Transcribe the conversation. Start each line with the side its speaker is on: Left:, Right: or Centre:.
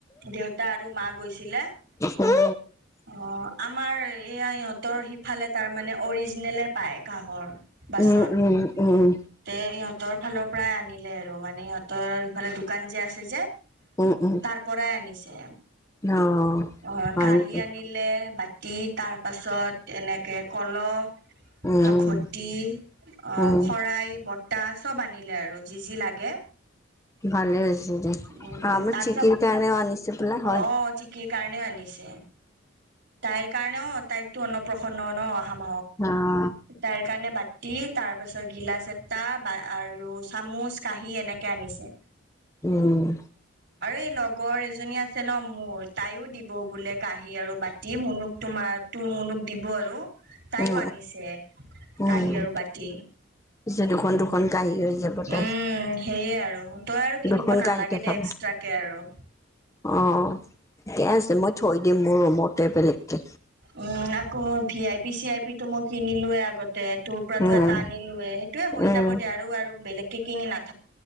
Right: দেউতা আৰু মা গৈছিলে অ
Left: উম
Right: আমাৰ এয়া ইহঁতৰ সিফালে তাৰমানে অৰিজিনেলে পায় কাঁহৰ বাচন
Left: উম উম
Right: তে ইহঁতৰ ফালৰ পৰাই আনিলে আৰু মানে ইহঁতৰ ইফালে দোকান যে আছে যে
Left: উম উম
Right: তাৰ পৰাই আনিছে
Left: অ
Right: অ
Left: হয়
Right: কাহী
Left: নেকি
Right: আনিলে বা তি তাৰপাছত এনেকে কলহ
Left: উম
Right: ত ঘটি অহ
Left: উম
Right: শৰাই। লোটা চব আনিলে আৰু যি যি লাগে।
Left: ভালে হৈছে দে
Right: উ
Left: আমাৰ
Right: তাৰপিছত
Left: চিকিৰ কাৰণেও আনিছে বোলে হয়।
Right: অ জিকিৰ কাৰণে আনি। ছে তাইৰ কাৰণেও তাইকতো অন্নপ্ৰসন্ন ন হাঔ।
Left: উম
Right: তাইৰ কাৰণে বাতি তাৰ পাছত গিলাচ এ। টা বা আৰু চামুচ কাঁহী এনেকে আনিছে।
Left: উম
Right: আৰু এই লগৰ এজনী আছে ন ম মোৰ তাইও দিব বোলে কাঁহি আৰু বাতি মুনুক তোমাৰ তোৰ মুনুক দিব আৰু তাইও
Left: উম
Right: আনিছে
Left: উম
Right: কাহি আৰু বাতি।
Left: পিছে দুখন
Right: উ
Left: দুখন গাড়ী হৈ যাব তাই
Right: উম সেয়ে আৰু তই আৰু কিনিব
Left: দুখন
Right: নালাগে
Left: গাড়ী দেখাব
Right: দে এক্সট্ৰাকে আৰু
Left: অ ঠিকে আছে মই থৈ দিম মোৰ ৰুমতে বেলেগকে
Right: উম আকৌ V I P C I P তো মই কিনিলোয়ে আগত। দে তোৰ পৰা তো
Left: উম
Right: এটা আনিলোে সেইটোয়ে হৈ
Left: উম
Right: যাব দে আৰু আৰু বেলেগকে কিনি নাথ